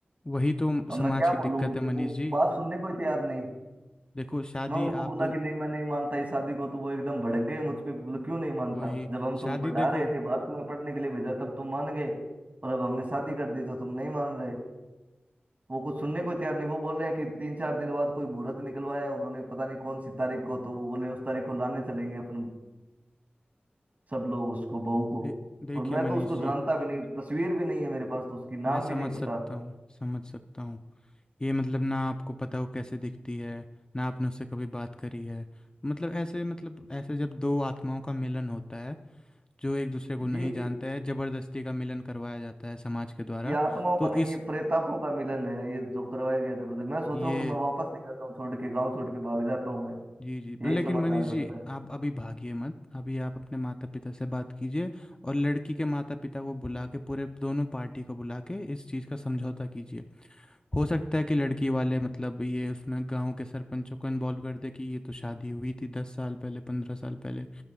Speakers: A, on the left; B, on the right.
A: वही तो
B: अब
A: समाज
B: मैं क्या
A: की दिक्कत
B: बोलूं उनसे
A: है मनीष
B: वो
A: जी।
B: बात सुनने को ही तैयार नहीं
A: देखो शादी
B: मैं उनको बोला
A: आप दोन
B: कि नहीं मैं नहीं मानता इस शादी को तो वो एकदम भड़क गए मुझ पे बोले क्यों नहीं मानता
A: वही
B: जब हम तुम
A: शादी
B: पढ़ा
A: देखो
B: रहे थे बाहर तुम्हें पढ़ने के लिए भेजा तब तुम मान गए और अब हमने शादी कर दी तो तुम नहीं मान रहे वो कुछ सुनने को तैयार नहीं वो बोल रहे हैं कि तीन चार दिन बाद कोई मुहूर्त निकलवाया है उन्होंने पता नहीं कौन सी तारीख को तो वो बोल रहे हैं उस तारीख को लाने चलेंगे अपन सब लोग उसको बहू को
A: दे देखिए
B: और मैं
A: मनीष
B: तो उसको
A: जी,
B: जानता भी नहीं तस्वीर भी नहीं है मेरे पास तो उसकी नाम
A: मैं समझ
B: भी नहीं
A: सकता
B: पता
A: हूँ, समझ सकता हूँ। ये मतलब ना आपको पता हो कैसे दिखती है ना आपने उससे कभी बात करी है मतलब ऐसे मतलब ऐसे जब दो आत्माओं का मिलन होता है जो एक दूसरे को नहीं
B: ये
A: जानता
B: ये,
A: है जबरदस्ती का मिलन करवाया जाता है समाज के द्वारा
B: ये आत्माओं
A: तो
B: का नहीं
A: इस
B: ये प्रेतात्माओं का मिलन है ये जो करवाया गया जबरदस्त मैं सोच
A: ये
B: रहा हूँ कि मैं वापस निकलता हूँ छोड़ के गाँव छोड़ के भाग जाता हूँ मैं
A: जी जी पर
B: यही
A: लेकिन
B: समाधान
A: मनीष जी
B: बचता है
A: आप अभी भागिए मत अभी आप अपने माता पिता से बात कीजिए और लड़की के माता पिता को बुला के पूरे दोनों पार्टी को बुला के इस चीज़ का समझौता कीजिए हो सकता है कि लड़की वाले मतलब ये उसमें गांव के सरपंचों को इन्वॉल्व कर दे कि ये तो शादी हुई थी दस साल पहले पंद्रह साल पहले